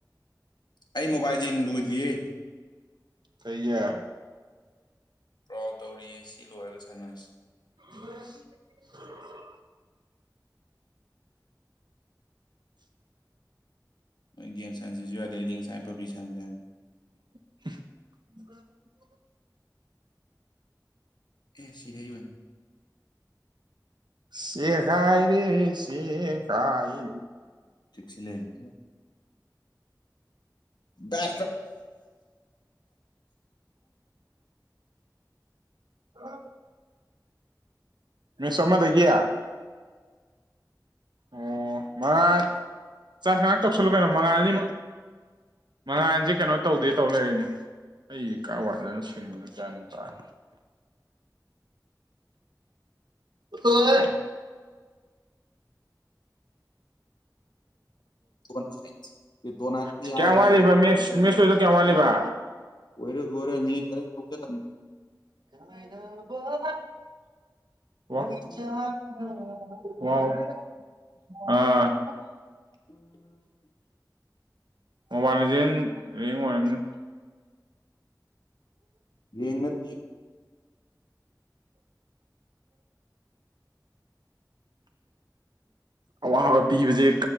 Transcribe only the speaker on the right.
ꯀꯩꯌꯦ
ꯍ ꯍ
<unintelligible>
ꯁꯦꯒꯥꯏꯔꯦ ꯇꯦ ꯈꯥꯏꯔꯦ
ꯍ ꯃꯤꯁ ꯑꯃꯗꯒ ꯑꯣ ꯃꯉꯥꯜ ꯆꯥꯛ ꯉꯍꯥꯛ ꯇꯧꯁꯜꯂꯨ ꯀꯩꯅꯣ ꯃꯉꯥꯜ ꯁꯤ ꯃꯉꯥꯜꯁꯦ ꯀꯩꯅꯣ ꯇꯧꯗꯦ ꯇꯧ ꯂꯩꯔꯦꯅꯦ ꯑꯩꯒꯤ ꯀꯥꯋꯥꯏꯗꯅꯣ ꯁꯤꯟ ꯑꯃꯥ ꯇꯈꯔ꯭ꯤꯗꯣ ꯍꯣꯏ
ꯎ
ꯀꯌꯥꯝ ꯋꯥꯠꯂꯤꯕ ꯃꯤꯁꯣꯏꯗ ꯀꯌꯥꯝ ꯋꯥꯠꯂꯤꯕ
ꯀꯥꯏꯅ ꯋꯥ ꯋꯥ
ꯋꯥ ꯑꯥ
ꯃꯣꯕꯥꯏꯜ ꯂꯤꯖꯦꯟ ꯗꯩꯩ ꯑꯣꯏꯔꯝꯅꯤ
ꯑꯋꯥꯕ ꯄꯤꯕꯁꯦ